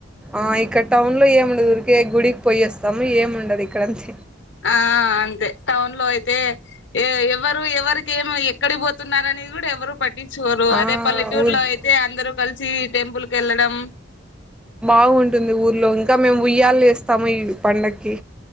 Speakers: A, in the centre; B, on the left.
A: ఆ ఇక్కడ టౌన్ లో ఏమిండదుఊరికే గుడికి పోయ వస్తాము ఏముండదు ఇక్కడంత
B: ఆ అంతే టౌన్ లో అయితే ఎవరు ఎవరిక ఏం ఎక్కడి పోతున్నారని ది కూడా ఎవరు పట్టి చూరు
A: ఆ
B: అదే పల్లెటూరు
A: ఊరికి
B: లో అయితే అందరుూ కలిసి టెంపుల్ క వెళ్ళడం
A: బాగుంటుంది ఊర్లో ఇంకా మేము ఉయ్యాాల ఏస్తాము ఈ పండకి